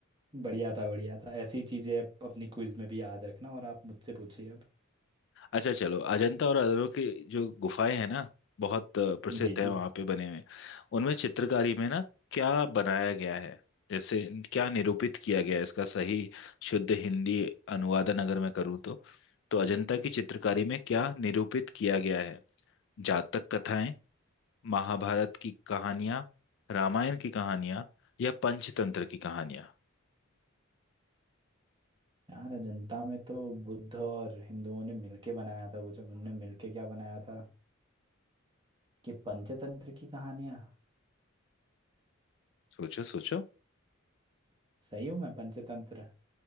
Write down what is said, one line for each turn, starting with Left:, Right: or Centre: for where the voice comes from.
Right: बढ़िया था बढ़िया था ऐसी चीजें अप, अपनी क्विज में भी याद रखना और आप मुझसे पूछिए अब
Left: अच्छा चलो अजंता और एलोरा की जो गुफाएं हैं ना बहुत अ, प्रसिद्ध
Right: जी
Left: है
Right: जी
Left: वहां पे बने हुए उनमें चित्रकारी में ना क्या बनाया गया है जैसे क्या निरूपित किया गया है इसका सही शुद्ध हिंदी अनुवादन अगर मैं करूँ तो तो अजंता की चित्रकारी में क्या निरूपित किया गया है जातक कथाएं महाभारत की कहानियां रामायण की कहानियां या पंचतंत्र की कहानियां
Right: यार अजंता में तो बुद्ध और हिंदुओं ने मिलके बनाया था कुछ अब उनने मिलके क्या बनाया था कि पंचतंत्र की कहानियां
Left: सोचो सोचो
Right: सही हूँ मैं पंचतंत्र